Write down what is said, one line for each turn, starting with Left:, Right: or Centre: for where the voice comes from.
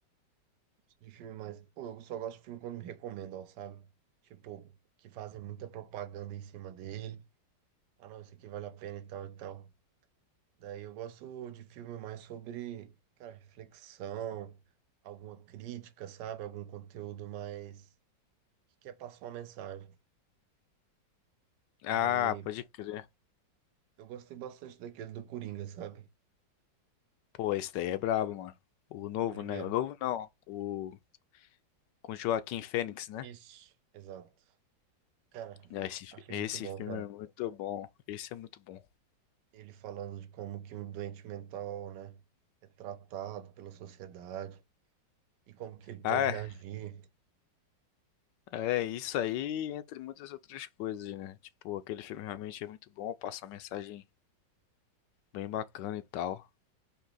Right: de filme mais. Pô, eu só gosto de filme quando me recomendam, sabe? Tipo, que fazem muita propaganda em cima dele. Ah, não, isso aqui vale a pena e tal e tal. Daí eu gosto de filme mais sobre, cara, reflexão, alguma crítica, sabe? Algum conteúdo mais que quer passar uma mensagem.
Left: Ah,
Right: Aí.
Left: pode crer.
Right: Eu gostei bastante daquele do Coringa, sabe?
Left: Pô, esse daí é brabo, mano. O novo,
Right: O primeiro.
Left: né? O novo não, o... Com Joaquim Fênix, né?
Right: Isso, exato. Cara,
Left: Ah, Esse,
Right: achei
Left: esse
Right: muito bom,
Left: filme
Right: cara.
Left: é muito bom. Esse é muito bom.
Right: Ele falando de como que um doente mental, né, é tratado pela sociedade e como que ele
Left: Ah,
Right: pode reagir.
Left: é. É, isso aí, entre muitas outras coisas, né? Tipo, aquele filme realmente é muito bom, passa uma mensagem bem bacana e tal.